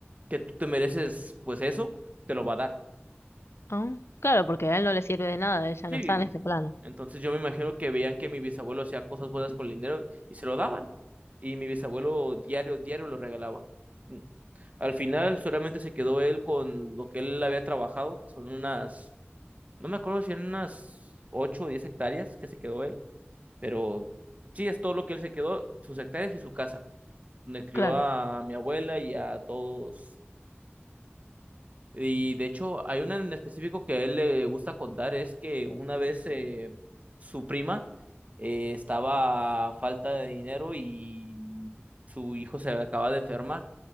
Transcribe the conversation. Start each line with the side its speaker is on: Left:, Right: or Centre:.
Right: que tú te mereces, pues eso, te lo va a dar.
Left: Ah, Claro, porque a él no le sirve de nada, ella
Right: Sí.
Left: no está en este plano.
Right: Entonces yo me imagino que veían que mi bisabuelo hacía cosas buenas con el dinero y se lo daban. Y mi bisabuelo diario, diario lo regalaba. Mm. Al final solamente se quedó él con lo que él había trabajado, que son unas no me acuerdo si eran unas ocho o diez hectáreas que se quedó él, pero sí, es todo lo que él se quedó, sus hectáreas y su casa, donde crió
Left: Claro,
Right: a mi abuela y a todos. Y de hecho, hay una en específico que a él le gusta contar, es que una vez eh, su prima eh, estaba a falta de dinero y su hijo se acaba de enfermar